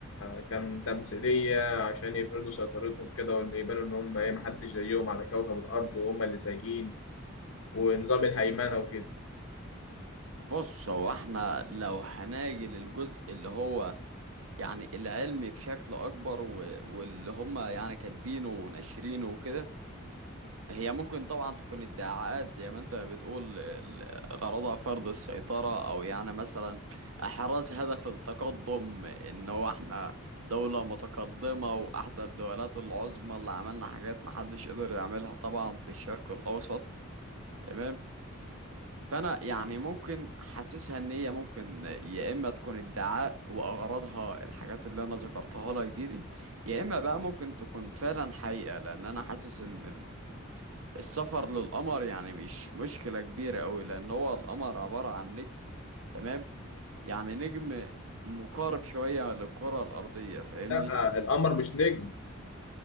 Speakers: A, on the left; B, on the right.
A: كان تمثيلية عشان يفرضوا سيطرتهم كده وإن يبانوا إن هم إيه محدش زيهم على كوكب الأرض وهم اللي سايقين ونظام الهيمنة وكده
B: بص هو احنا لو هناجي للجزء اللي هو يعني العلمي بشكل اكبر و... واللي هم يعني كاتبينه وناشرينه وكده هي ممكن طبعا تكون ادعاءات زي ما انت بتقول ال- غرضها فرض السيطرة او يعني مثلا احراز هدف التقدم ان هو احنا دولة متقدمة واحدى الدولات العظمى اللي عملنا حاجات محدش قدر يعملها طبعا في الشرق الاوسط تمام فانا يعني ممكن حاسسها ان هي ممكن يا اما تكون ادعاء واغراضها الحاجات اللي انا ذكرتها لك دي دي يا اما بقى ممكن تكون فعلا حقيقة لان انا حاسس ان ال- السفر للقمر يعني مش مشكلة كبيرة قوي لان هو القمر عبارة عن نجم تمام يعني نجم مقارب شوية للكرة الارضية فاهمني
A: لأ القمر مش نجم